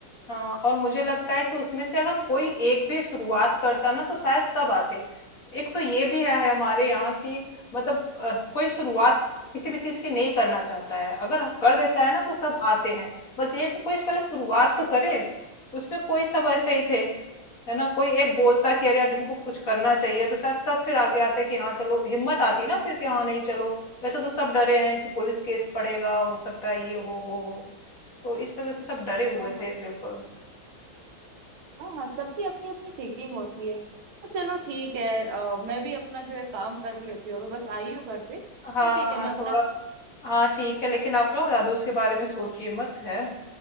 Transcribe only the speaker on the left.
हाँ और मुझे लगता है कि उसमें से अगर कोई एक भी शुरुआत करता ना तो शायद सब आते एक तो ये भी है हमारे यहाँ की मतलब अ, कोई शुरुआत किसी भी चीज की नहीं करना चाहता है अगर कर देता है ना तो सब आते हैं बस ये है कि कोई पहले शुरुआत तो करे उसमें कोई सब ऐसे ही थे है ना कोई एक बोलता कि अरे यार इनको कुछ करना चाहिए तो शायद सब फिर आगे आते कि हाँ चलो हिम्मत आती ना फिर कि हाँ नहीं चलो वैसे तो सब डरे हैं कि पुलिस केस पड़ेगा हो सकता है ये हो वो हो तो इस वजह से सब डरे हुए
थे बिल्कुल
हाँ
हाँ
थोड़ा
हाँ ठीक है लेकिन आप ना ज्यादा उसके बारे में सोचिए मत है